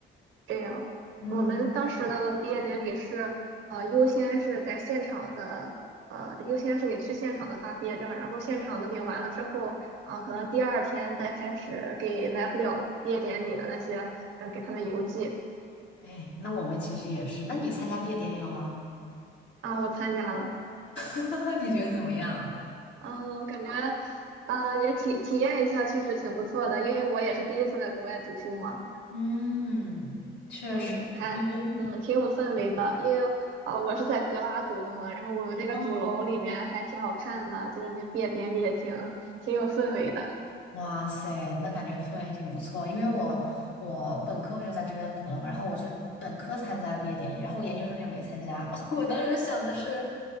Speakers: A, on the right (about 80°); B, on the left (about 65°).
A: 这样，
B: 嗯，
A: 我们当时的毕业典礼是，呃，优先是在现场的，呃，优先是给去现场的发毕业证，然后现场的领完了之后，啊、可能第二天再开始给来不了毕业典礼的那些，嗯、给他们邮寄。
B: 哎，那我们其实也是。那你参加毕业典礼了吗？
A: 啊、我参加了，
B: <laughs> 你觉得怎么样？
A: 嗯、我感觉，啊、也体体验一下，确实挺不错的，因为我也是第一次在国外读书嘛。
B: 嗯，确实，
A: 嗯，还嗯挺有氛围的，
B: 你觉得？
A: 因为啊、呃我是在格拉读的嘛，然后我们那个主楼里面还挺好看的，
B: 哦
A: 就是那毕业典礼也挺挺有氛围的。
B: 哇塞，那感觉氛围挺不错，因为我我本科我就在这边读了嘛，然后我是本科参加了毕业典礼，然后研究生就没参加。<laughs> 我当时想的是，